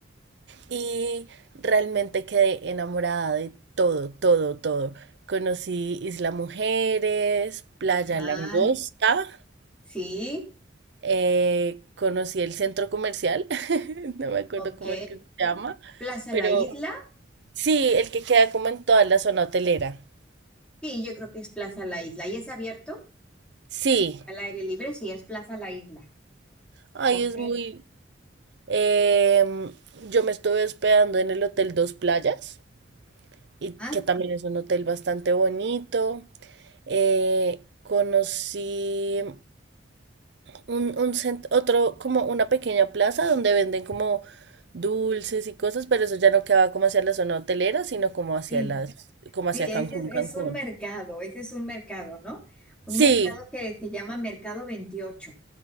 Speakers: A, on the right; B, in the centre.
A: y realmente quedé enamorada de todo, todo, todo. Conocí Isla Mujeres, Playa
B: Ah,
A: Langosta,
B: sí,
A: eh, conocí el centro comercial, <laughs> no me acuerdo
B: ok.
A: cómo es que se llama,
B: Plaza
A: pero
B: La Isla.
A: sí, el que queda como en toda la zona hotelera.
B: Sí, yo creo que es Plaza La Isla. ¿Y es abierto
A: Sí,
B: al aire libre? Sí, es Plaza La Isla.
A: ay,
B: Ok.
A: es muy... Em, yo me estuve hospedando en el Hotel Dos Playas, y
B: Ah,
A: que también es un hotel bastante bonito. Eh, conocí un, un cent- otro, como una pequeña plaza donde venden como dulces y cosas, pero eso ya no quedaba como hacia la zona hotelera, sino como hacia
B: sí,
A: las, como
B: sí,
A: hacia
B: ese
A: Cancún,
B: es, es
A: Cancún.
B: un mercado, ese es un mercado, ¿no? Un mercado
A: Sí,
B: que se llama Mercado Veintiocho.